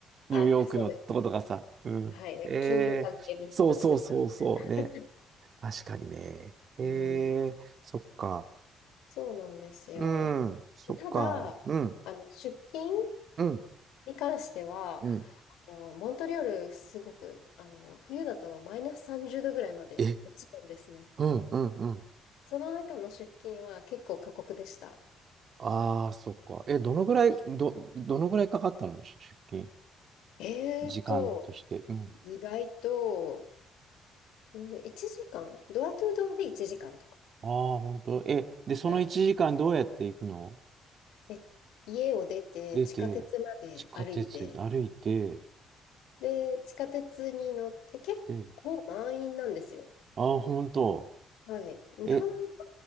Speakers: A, on the right; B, on the left.
A: ニューヨークのとことかさ、
B: あ、そうです。
A: うん、
B: はい。なんか金融関係の人たちとか。
A: えー、そうそうそうそうね
B: <laughs>
A: 確かにねえ
B: うん、
A: ー、そっか
B: そうなんですよ。
A: うん、そっか。
B: ただ、
A: うん、
B: あの、出勤
A: うん、
B: に関しては、
A: うん。
B: あの、モントリオール、すごく、あの、冬だとマイナス30度ぐらいまで落ちるんですね。
A: え、うん、うん、うん。
B: その中の出勤は結構過酷でした。
A: ああ、そっか。え、どのぐらい、ど、どのぐらいかかったのし出勤、
B: えーと、
A: 時間として。うん。
B: 意外と、うん、1時間、ドアトゥードアで1時間とか。
A: ああ、本当。え、で、その1時間どうやって行くの
B: はいえ、家を出て地下鉄まで歩いて、
A: 出て、地下鉄歩いて、
B: で、地下鉄に乗って結構満員なんですよ。
A: で、ああ、本当。
B: はい。日本ほ
A: え、